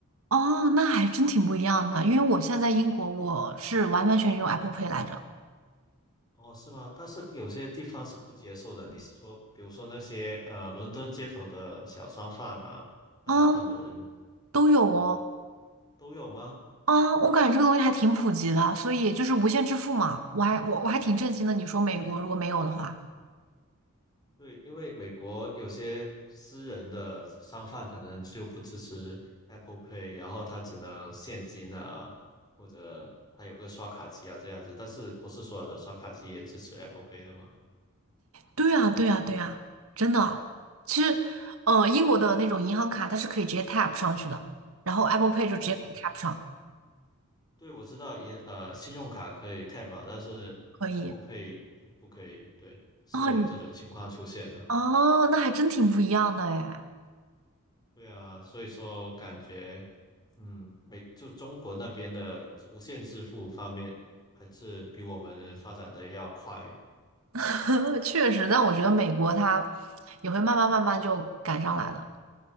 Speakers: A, on the right (about 70°); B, on the left (about 20°).
A: 哦，那还真挺不一样的，因为我现在在英国，我是完完全全用 Apple Pay 来着。
B: 哦，是吗？但是有些地方是不接受的。你是说，比如说那些呃，伦敦街头的小商贩呐，那他们
A: 啊，都有哦。
B: 对啊，都有吗？
A: 啊，我感觉这个东西还挺普及的，所以就是无线支付嘛，我还我我还挺震惊的。你说美国如果没有的话。
B: 对，因为美国有些私人的商贩可能就不支持 Apple Pay，然后他只能现金啊，或者他有个刷卡机啊这样子，但是不是所有的刷卡机也支持 Apple Pay 的吗？
A: 对啊，对啊，对啊，真的。其实，呃，英国的那种银行卡它是可以直接 tap 上去的，然后 Apple Pay 就直接给你
B: 对，我。
A: tap 上，
B: 对，我知道银呃信用卡可以 tap 嘛，但是
A: 可以。
B: Apple Pay 就不可以，对，是有这种情况出现的。
A: 哦，你哦，那还真挺不一样的哎，
B: 对啊，所以说我感觉，嗯，美就中国那边的无线支付方面，还是比我们发展的要快。
A: <laughs> 确实。但我觉得美国它也会慢慢慢慢就赶上来的，